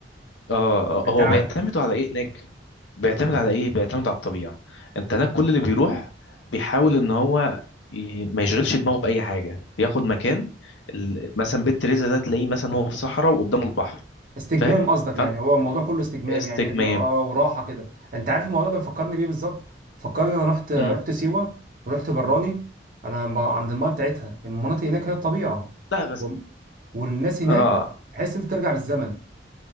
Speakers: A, on the left; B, on the right.
A: اه آه،
B: انت
A: هو
B: ع-
A: بيعتمدوا على ايه هناك بيعتمد على ايه بيعتمد على الطبيعه انت هناك كل اللي بيروح بيحاول ان هو ي- ما يشغلش دماغه باي حاجه بياخد مكان ال- مثلا بيت تريزا ده تلاقيه مثلا هو في صحراء وقدامه البحر
B: استجمام
A: فاهم
B: قصدك
A: فانت
B: يعني هو الموضوع كله استجمام
A: استجمام
B: يعني ده اه وراحه كده انت عارف الموضوع ده مفكرني بيه بالظبط فكرني انا رحت رحت
A: مم.
B: سيوه ورحت براني انا ب- عند الميه بتاعتها المناطق هناك هي الطبيعه
A: لا بس
B: وال- والناس هناك
A: اه
B: تحس انت ترجع بالزمن